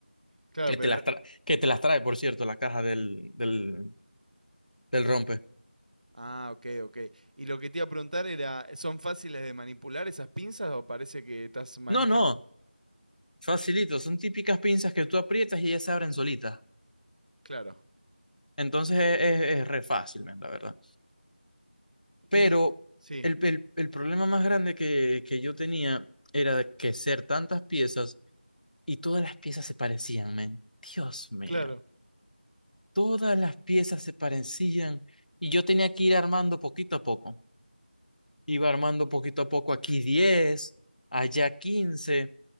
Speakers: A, on the right; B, on the left.
A: Claro,
B: que
A: pero...
B: te las tra- que te las trae, por cierto, la caja del, del, del rompe.
A: Ah, ok, ok. Y lo que te iba a preguntar era, ¿son fáciles de manipular esas pinzas o parece que estás manejando?
B: No, no, facilito, son típicas pinzas que tú aprietas y ellas se abren solitas.
A: Claro.
B: Entonces es, es, es re fácil, man, la verdad. Pero
A: Y... Sí,
B: el, el, el problema más grande que, que yo tenía era de que ser tantas piezas Y todas las piezas se parecían, men. Dios mío.
A: claro.
B: Todas las piezas se parecían. Y yo tenía que ir armando poquito a poco. Iba armando poquito a poco aquí 10, allá 15,